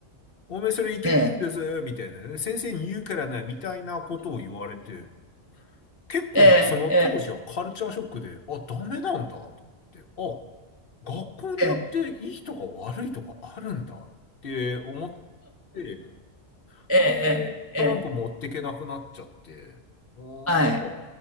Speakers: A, on the left; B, on the right.
A: おめえそれいけねえんですみたいなね。
B: ええ。ええええ。ええ。
A: 先生に言うからね、みたいなことを言われて、結構な、
B: え
A: その当時はカルチャーショックで、あ、ダメなんだと思って、あ、学校によっていいとか悪いとかあるんだって思っ
B: え
A: て、
B: ええ。
A: で、
B: ええ。
A: トランプ持ってけなくなっちゃって、あーなんか、
B: はい。